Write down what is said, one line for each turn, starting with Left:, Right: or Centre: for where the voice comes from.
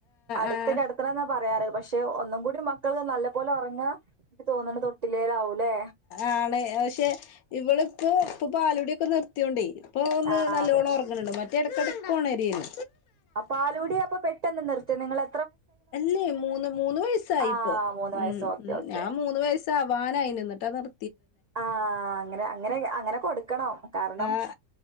Right: അടുത്ത്
Left: ആഹ്
Right: കെടത്തണം എന്ന പറയാറ് പക്ഷെ ഒന്നും കൂടി മ മക്കൾ നല്ല അത്പോല ഒറങ്ങ എനിക്ക് തോന്നണ് തൊട്ടിലേലാവൂല്ലേ
Left: ആണ് പക്ഷെ ഇവള് ഇപ്പോ ഇപ്പ പാലുടിക്കെ നിർത്തിയോണ്ടേ. ഇപ്പോ ഒന്ന്
Right: ആ
Left: നല്ലോണം
Right: അതെ
Left: ഒറങ്ങണുണ്ട് മ ഇടക്കിടക്ക് ഒണരാര്ന്നു
Right: അപ്പൊ പാലൂടി അപ്പൊ പെട്ടെന്ന് നിർ ത്തി നിങ്ങളെ
Left: അല്ലേ മൂന്ന് മൂന്ന് വയസ്സായിപ്പോ
Right: ആ മൂന്ന്
Left: ഉം
Right: വയസ്സ് ഓക്കെ
Left: ഉം
Right: ഓക്കെ
Left: ഞാൻ മൂന്ന് വയസ്സ് ആവാനായിനു എന്നിട്ട നിർ
Right: ആഹ് അങ്ങനെ അങ്ങനെ അങ്ങനെ കൊടുക്കണം കാരണം
Left: ആഹ്